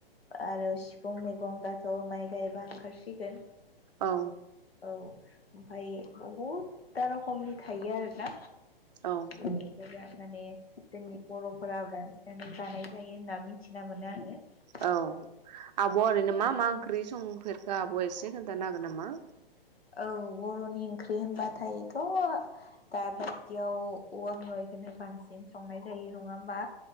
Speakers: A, on the left (about 80°); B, on the right (about 45°).
A: आरो सिफुं मैगं दाथ माइ गायबा ओंखारसिगोन
B: औ
A: औ ओमफ्राय बहुद था रखमनि थायो आरो ना
B: औ
A: ओम गोबां माने जोंनि बरफोरा बांसिनानो जानाय जायो होनना मिथिना मोनो आङो
B: औ आब' ओरैनो मा मा ओंख्रि संफेरखो आब एसे खोन्थानो हागोन नामा
A: औ बरनि ओंख्रि होनबाथायथ दाबायदियाव औवा मेवाइखौनो बांसिन संनाय नाय जायो नङा होनबा